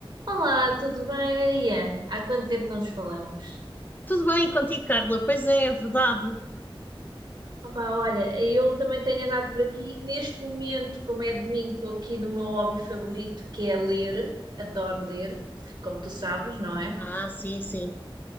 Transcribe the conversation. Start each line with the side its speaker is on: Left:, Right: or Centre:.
Right: Olá, tudo bem, Maria? Há quanto tempo não nos falamos?
Left: Tudo bem contigo, Carla? Pois é, é verdade.
Right: Opa, olha, eu também tenho andado por aqui. Neste momento, como é domingo, estou aqui no meu hobby favorito, que é ler. Adoro ler, como tu sabes, não é?
Left: Ah, sim, sim.